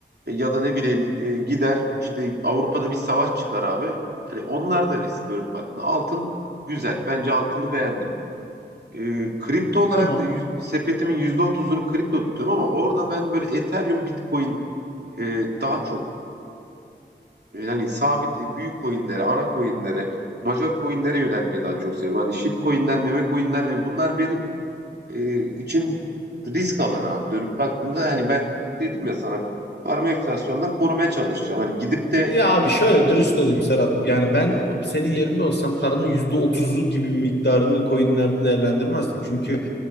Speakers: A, on the right; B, on the left.
A: e, ya da ne bileyim e, gider işte Avrupa'da bir savaş çıkar abi. Hani onlar da risk görüp baktığında altın güzel. Bence altını beğendim. E, kripto olarak
B: Tamam.
A: da yüz- sepetimin yüzde otuzunu kripto tutuyorum ama orada ben böyle Ethereum, Bitcoin e, daha çok e, yani sabit e, büyük coinlere, ana coinlere, major coinlere yönelmeyi daha çok seviyorum. Hani shit coinler, meme coinler hani bunlar benim e, için risk alanı abi. Dönüp baktığında hani ben dedim ya sana paramı enflasyondan korumaya çalışacağım. Hani gidip de
B: Ya abi şöyle dürüst olayım Serhat. Yani ben senin yerinde olsam paramın yüzde otuzu gibi bir miktarını coinlerde değerlendirmezdim. Çünkü